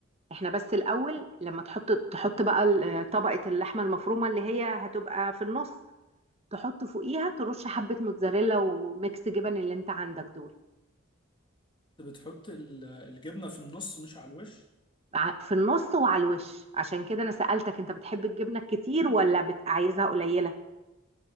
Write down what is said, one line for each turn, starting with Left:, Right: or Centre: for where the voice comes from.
Right: احنا بس الاول لما تحط تحط بقى ال- طبقه اللحمه المفرومه اللي هي هتبقى في النص تحط فوقيها ترش حبه موتزاريلا وميكس جبن اللي انت عندك دول
Left: انت بتحط ال- الجبنه في النص مش على الوش
Right: ع- في النص وعلى الوش عشان كده انا سألتك انت بتحب الجبنه الكتير ولا بت- عايزها قليله